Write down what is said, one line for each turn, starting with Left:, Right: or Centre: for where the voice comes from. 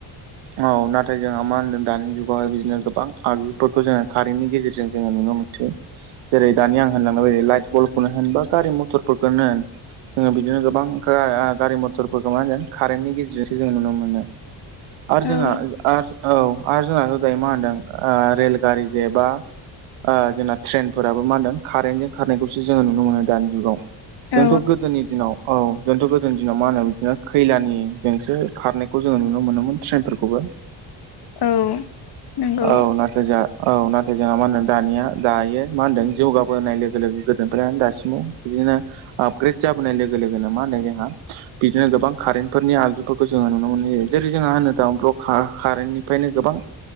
Right: औ नाथाय जोंहा मा होनदों दानि जुगावहाय बिदिनो गोबां आगजुफोरखौ जोङो कारेन्टनि गेजेरजों जोङो नुनो मोन जे जेरै दानि आं होनलांनाय ब लाइट बलखौनो होन बा गारि मथरफोरखौनो होन जोङो बिदिनो गोबां गा आं गारि मथरफोरखौ मा होनदों कारेन्टनि गेजेरजोंसो जों नुनो मोनो। आरो
Left: औ
Right: जोंहा आर औ आरो जोंहा <unintelligible> दाय मा होनदों रेलगारि जे बा ओ जोंना ट्रेनफोराबो मा होनदों कारेन्टजों खारनायखौसो जोङो नुनो मोनो दानि जुगाव। जोंथ'
Left: औ
Right: गोदोनि दिनाव औ जोंथ' गोदोनि दिनाव मा होनो बिदिनो खैलानि जोंसो खारनायखौ जोङो नुनो मोनोमोन। ट्रेनफोरखौबो।
Left: औ। नंगौ
Right: औ नाथाय जा औ नाथाय जोंहा मा होनदों दानिया दायो मा होनदों जौगाबोनाय लोगो-लोगो गोदोनिफ्रायानो दासिमाव बिदिनो आपग्रेड जाबोनाय लोगो लोगोनो मा होनदों जोंहा बिदिनो गोबां कारेन्टफोरनि आगजुफोरखौ जोङो नुनो मोननाय जायो। जेरै जोंहा होनो थां <unintelligible> कारेन्टनिफ्रायनो गोबां